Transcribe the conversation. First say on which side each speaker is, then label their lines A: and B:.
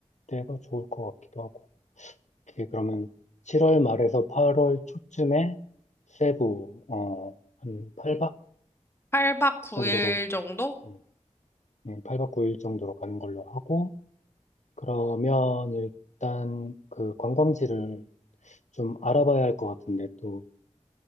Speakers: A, on the left (about 70°); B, on the left (about 20°).
A: 때가 좋을 것 같기도 하고. 오케이, 그러면 7월 말에서 8월 초쯤에 세부, 어, 한 8박
B: 8박 9일
A: 정도로,
B: 정도?
A: 음, 음, 8박 9일 정도로 가는 걸로 하고, 그러면 일단 그 관광지를 좀 알아봐야 할 것 같은데, 또,